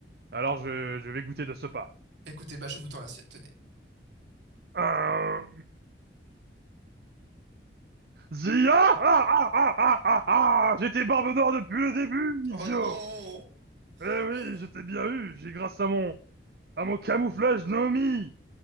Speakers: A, on the right (about 55°); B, on the right (about 80°).
A: alors je, je vais goûter de ce pas.
B: Écoutez, bah je vous tends l'assiette, tenez.
A: Euh, Zia! Ah, ah, ah, ah, ah, ah J'étais barbe noire depuis le début,
B: Oh
A: idiot!
B: non!
A: Eh oui,
B: Euh,
A: j'étais bien eu, j'ai grâce à mon, à mon camouflage Nomi!